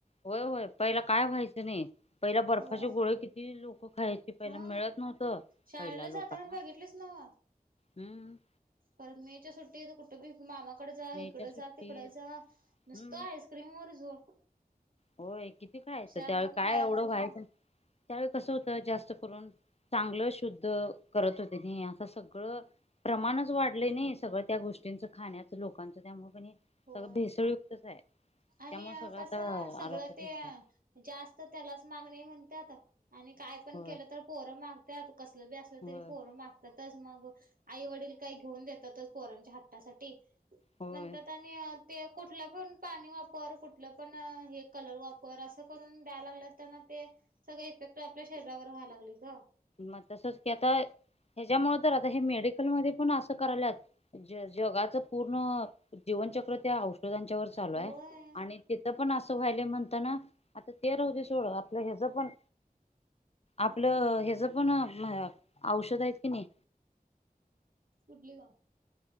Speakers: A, on the left; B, on the right.
A: होय होय पहिला काय व्हायचं नाही पहिला बर्फाचे
B: होय.
A: गोळे किती लोक खायचे पहिला
B: हा
A: मिळत नव्हतं
B: शाळेला
A: पहिला लोकांना
B: जाताना बघितलेच नव
A: हम्म
B: परण मीच्या सुट्टी तर कुठ मामा तकड जा
A: मेच्या
B: इकडं
A: सुट्टीत
B: जा तिकडं जा मस्त
A: हम्म
B: आईस्क्रीम वर जोड
A: होय किती खायचं
B: आणून
A: त्यावे काय
B: खायचं
A: एवढं व्हायचं त्यावेळी कसं होतं जास्त करून चांगलं शुद्ध करत होते असं सगळं प्रमाणच वाढले नाही सगळं त्या गोष्टींचं खाण्याचं लोकांचं त्यामुळे
B: होय.
A: सगळं भेसरयुक्तच आहे
B: आणि
A: त्यामुळे सगळं
B: कसं
A: आता
B: सगळं
A: आरोग्य
B: ते
A: बिघडायला
B: जास्त त्यालाच मागणी म्हणतात आणि काय पण
A: होय
B: केलं तर पोरं मागत्यात, कसलं बी असलं
A: होय
B: तरी पोरं मागत्यातच मग आई वडील काय घेऊन देतातच पोरांच्या हट्टासाठी.
A: होय
B: नंतर <unintelligible> ते कुठलं पण पाणी वापर, कुठलं पण हे कलर वापर, असं करून द्याल लागल्यात तेन ते सगळे इफेक्ट आपल्या शरीरावर व्हालागलंय गं
A: मग तसच की, आता हेज्यामुळ तर आता हे मेडिकल मध्ये पण असं करायल्यात ज जगाचं पूर्ण जीवनचक्र त्या औषधांच्या वर चालू
B: होय
A: हाय. आणि तिथं पण असं व्हायलय म्हण आता ना आता ते राहूदे सोड, आपलं हेज पण आपलं हेज ज पण म औषध हाईत कनी
B: कुठली ग